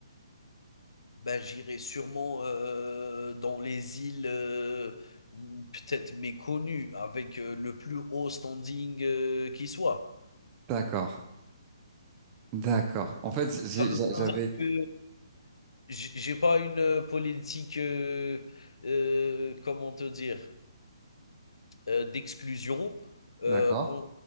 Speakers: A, on the left; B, on the right.
A: Ben, j'irai sûrement euh, dans les îles euh, m- peut-être méconnues, avec euh, le plus haut standing euh, qui soit.
B: D'accord, d'accord. En fait, j'ai-
A: Ça veut
B: j'a-
A: pas
B: j'avais,
A: dire que J'ai j'ai pas une euh, politique, heu heu, comment te dire? Heu, d'exclusion, heu,
B: d'accord.
A: con